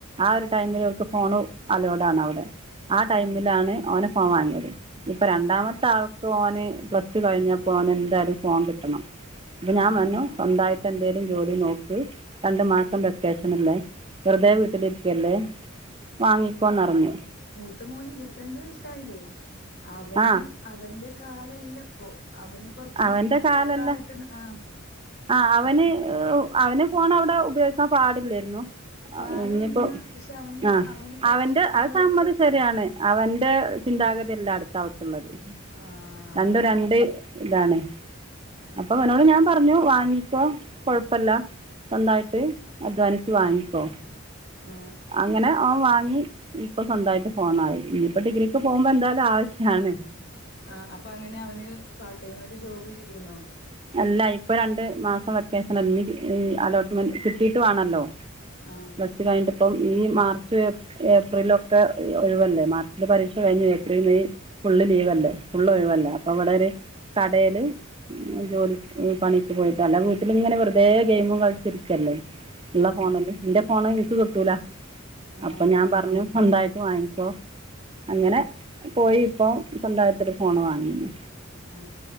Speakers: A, on the right (about 25°); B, on the left (about 55°).
A: ആ ഒരു ടൈമിൽ
B: ആഹ്
A: അവർക്ക് ഫോൺ അലോഡ് ആണ് അവിടെ ആ ടൈമിലാണ്
B: ആഹ്
A: ഓന് ഫോൺ വാങ്ങിയത് ഇപ്പൊ രണ്ടാമത്തെ
B: ആഹ്
A: ആൾക്കും ഓന് പ്ലസ് ടു കഴിഞ്ഞപ്പോ അവന് എന്തായാലും ഫോൺ കിട്ടണം അപ്പൊ
B: ആഹ്
A: ഞാൻ പറഞ്ഞു
B: ആഹ്
A: സ്വന്തമായിട്ട് എന്തേലും ജോലി നോക്ക് രണ്ടു മാസം വെക്കേഷനല്ലേ വെറുതെ വീട്ടിലിരിക്കല്ലേ വാങ്ങിക്കോന്ന് പറഞ്ഞ്
B: മുത്തമോന് ഇരുപത്തിരണ്ട് വയസ്സായില്ലേ അവന്
A: ആ
B: അവന്റെ കാലല്ലപ്പോ അവന് കൊറച്ച്
A: അവൻ്റെ കാലമല്ല
B: ആയിട്ടണ് ആ
A: ആ അവന്
B: അവൻ ആ
A: അവന് ഫോൺ അവിടെ ഉപയോഗിക്കാൻ പാടില്ലായിരുന്നു
B: പാടൂല്ല
A: ഇനിയിപ്പോ
B: പക്ഷെ അവന്
A: ആ
B: അവന് കൊറച്ചൊക്കെ
A: അവന്റെ
B: നമ്മളിത്
A: അത് സമ്മതി ശരിയാണ് അവന്റ
B: ഉം
A: ചിന്താഗതിയല്ല അടുത്ത ആൾക്കുള്ളത്
B: ആ അതാണ്
A: രണ്ട രണ്ട് ഇതാണ്
B: ആ
A: അപ്പൊ അവനോട് ഞാൻ പറഞ്ഞ പറഞ്ഞു വാങ്ങിക്കോ കൊഴപ്പല്ല സ്വന്തായിട്ട് അധ്വാനിച്ച് വാങ്ങിക്കോ
B: ആ
A: അങ്ങനെ അവൻ വാങ്ങി ഇപ്പൊ സ്വന്തമായിട്ട് ഫോണായി ഇനിയിപ്പോ ഡിഗ്രിക്ക് പോകുമ്പോ എന്തായാലും ആവശ്യ- ആണ്
B: ആ അപ്പൊ അങ്ങനെ അവന് പാർട്ട് ടൈം ആയിട്ട് ജോബ് ചെയ്തിരുന്നോ
A: അല്ല ഇപ്പൊ രണ്ട് മാസം വെക്കേഷൻ അല്ല ഇനി അലോട്ട്മെന്റ് കിട്ടീയിട്ട് വേണല്ലോ
B: ആ
A: പ്ലസ്സ് റ്റു കഴിഞ്ഞട്ട് ഇപ്പം ഈ മാർച്ച്ഏ
B: ഉം
A: ഏപ്രിൽ ഏപ്രിലൊക്കെ ഒഴിവല്ലേ മാർച്ചില് പരീക്ഷ കഴിഞ്ഞു ഏപ്രിൽ മെയ് ഫുള്ള് ലീവല്ലേ
B: ഉം
A: ഫള്ള് ഒഴിവല്ലേ
B: ആ
A: അപ്പൊ ഇവിടെ ഒരു കടയില്
B: ഉം
A: ജോലി പണിക്ക് പോയിട്ട അല്ല വീട്ടിലും ഇങ്ങനെ വെറതേ ഗെയിമ കളിച്ചിരിക്കല്ലേ ഉള്ള
B: ആ ആ
A: ഫോണ നിന്റെ ഫോണ് നിനിക്ക്
B: ഉം
A: കിട്ടൂല
B: ആ
A: അപ്പൊ ഞാൻ പറഞ്ഞു സന്തായി വാങ്ങിക്കോ
B: ഉം
A: അങ്ങനെ പോയി ഇപ്പോൊ സ്വണ്ടായത്തൊരു ഫോണ് വാങ്ങിു
B: ആ